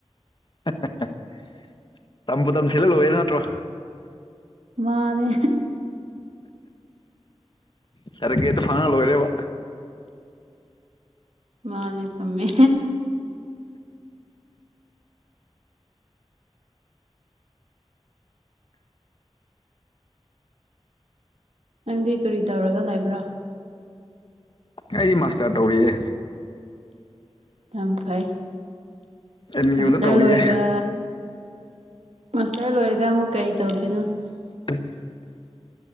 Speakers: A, on the left; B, on the right.
A: <unintelligible> ꯇꯝꯕꯨ ꯇꯁꯤꯜꯂꯥ ꯂꯣꯏꯔꯦ ꯅꯠꯇ꯭ꯔꯣ
B: ꯃꯥꯅꯦ
A: ꯁꯔꯗꯤꯚꯤꯒꯦꯗ ꯐꯪꯉꯒ ꯂꯣꯏꯔꯦꯕꯣ
B: ꯃꯥꯅꯦ ꯆꯨꯝꯃꯦ ꯅꯪꯗꯤ ꯀꯔꯤ ꯇꯧꯔꯒ ꯂꯩꯕ꯭ꯔꯥ
A: ꯑꯩ ꯃꯥꯁꯇꯔ ꯇꯧꯔꯤꯌꯦ
B: ꯌꯥꯝ ꯐꯩ
A: ꯑꯦꯝ
B: ꯃꯁꯇꯔ
A: ꯌꯨꯗ ꯇꯧꯔꯤꯌꯦ
B: ꯂꯣꯏꯔꯒ ꯃꯥꯁꯇꯔ ꯂꯣꯏꯔꯒ ꯑꯃꯨꯛ ꯀꯔꯤ ꯇꯧꯗꯣꯏꯅꯣ
A: <inaudible>